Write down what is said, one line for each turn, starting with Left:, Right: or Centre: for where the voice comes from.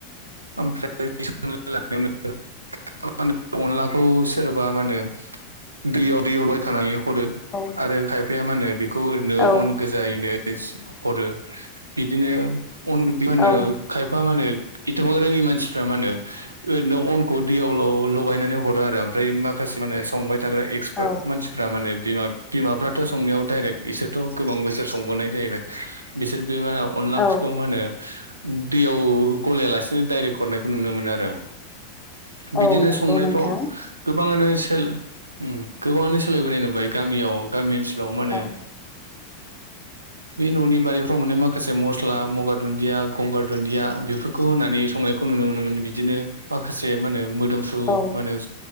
Right: ओमफ्राय <unintelligible> <unintelligible> अनलाखौ सोरबा मा होनो दैयाव दैयाव बायखानानेव हरो
Left: औ
Right: आरो खायफाया मा होनो बेखौ ओरैनो
Left: औ
Right: अन गोजायैनो <unintelligible> हरो बिदिनो अन मा होनो
Left: औ
Right: खायफा मा होनो इथ'बां रोङि मानसिफ्रा मा होनो ओरैनो अनखौ दैयाव ल-लगायनानै हरो आरो ओमफ्राय माखासे मा होनो संबाय थाग्रा एक्सपार्ट
Left: औ
Right: मानसिफ्रा मा होनो बिमा बिमाफ्राथ' संनायाव दडाइरेक्ट इसोरथ' गोबां बोसोर संबोनाय जाहैबाय बिसोर बे मा अनला
Left: औ
Right: ओंख्रिखौ मा होनो दैयाव गलायालासेनो डायरेक्ट हरनायखौ नुनो मोनो आरो
Left: औ
Right: बिदिनो
Left: नंगौ
Right: संनायफ्राव
Left: नोंथां
Right: गो बाङानो सोल उम गोबाङानो सोलायबोनाय नुबाय गामियाव गामि ओनसो लाव मा होनो
Left: औ
Right: बे न'नि बारिफ्राव मोननाय माखासे मसला मगा दुन्दिया गंगार दुन्दिया बेफोरखौ होनानै संनायखौ नुनो मोनोमोन बिदिनो माखासे मा होनो मोदोमफ्रु
Left: औ
Right: मा होनो